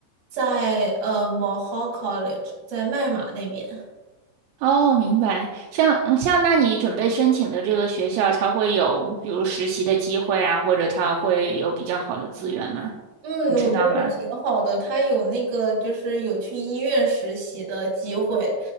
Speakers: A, on the right; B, on the right.
A: 在呃 Mohawk College，在麦马那边。
B: 哦，明白。像嗯像，那你准备申请的这个学校，它会有比如实习的机会啊，或者它会有比较好的资源吗？
A: 嗯，
B: 你知道吗？
A: 我觉得他挺好的，他有那个就是有去医院实习的机会，